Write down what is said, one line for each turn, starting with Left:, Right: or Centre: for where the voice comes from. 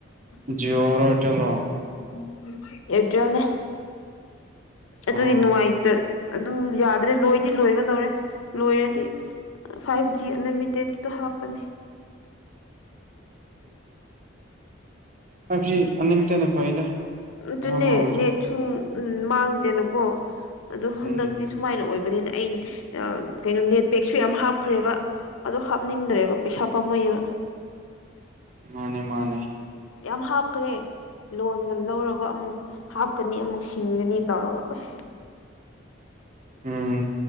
Left: <unintelligible>
Right: ꯖꯤꯑꯣꯔꯣ ꯏꯌꯥꯔꯇꯦꯜꯔꯣ
Left: <unintelligible>
Right: ꯑꯣ
Left: ꯑꯗꯨꯒꯤ ꯅꯨꯡꯉꯥꯏꯇ ꯑꯗꯨ ꯌꯥꯗ꯭ꯔꯦ ꯂꯣꯏꯗꯤ ꯂꯣꯏꯒꯗꯧꯔꯦ ꯂꯣꯏꯔꯗꯤ ꯐꯥꯏꯚ ꯖꯤ ꯑꯟꯂꯤꯃꯤꯇꯦꯠꯀꯤꯇꯣ ꯍꯥꯞꯄꯅꯦ
Right: ꯐꯥꯏꯚ ꯖꯤ ꯑꯟꯂꯤꯃꯤꯇꯦꯠꯅ ꯐꯩꯗ
Left: ꯑꯗꯨꯅꯦ
Right: ꯑꯃ ꯑꯃ ꯑꯣꯏꯔꯁꯨ
Left: ꯅꯦꯠꯁꯨꯨ ꯎꯝ ꯃꯥꯡꯗꯦꯅꯀꯣ ꯑꯗꯣ ꯍꯟꯗꯛꯇꯤ
Right: ꯎꯝ
Left: ꯁꯨꯃꯥꯏꯅ ꯑꯣꯏꯕꯅꯤꯅ ꯑꯩꯟ ꯑꯥ ꯀꯩꯅꯣ ꯅꯦꯠꯄꯦꯛꯁꯨ ꯌꯥꯝ ꯍꯥꯞꯈ꯭ꯔꯦꯕ ꯑꯗꯣ ꯍꯥꯞꯅꯤꯡꯗ꯭ꯔꯦꯕ
Right: ꯎꯝ
Left: ꯄꯩꯁꯥ ꯄꯥꯝꯃꯨꯏꯌꯦꯕ
Right: ꯃꯥꯅꯦ ꯃꯥꯅꯦ
Left: ꯌꯥꯝ ꯍꯥꯞꯈ꯭ꯔꯦ ꯂꯣꯟꯒ ꯂꯧꯔꯒ ꯑꯃꯨꯛ ꯍꯥꯞꯀꯅꯤ ꯑꯃꯨꯛ ꯁꯤꯡꯒꯅꯤ ꯇꯧꯔꯒ ꯎ꯭ꯁ <inaudible>
Right: ꯎꯝ